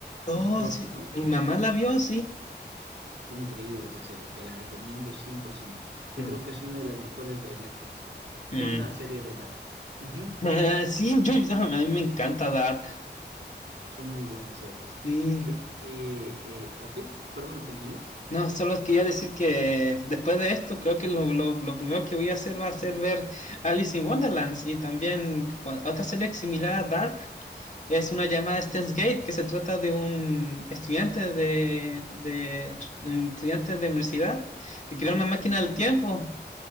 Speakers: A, on the left; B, on the right.
A: Oh,
B: en el borde,
A: sí,
B: ¿no?
A: mi mamá la vio, sí.
B: Increíble esa serie, te la recomiendo 100%. Yo
A: Mm,
B: creo que es una de las mejores de Netflix,
A: mm.
B: con la serie de Dark. Ujú,
A: <laughs> sí, yo, ah, a mí me encanta Dark.
B: Son muy buenas series.
A: Sí.
B: Oye, que, eh, ok, perdón, continúa.
A: No, solo quería decir que después de esto, creo que lo, lo, lo primero que voy a hacer va a ser ver Alice in Wonderlands y también cua- otra serie similar a Dark. Es una llamada Steins Gate que se trata de un estudiante de, de un estudiante de universidad que crea una máquina del tiempo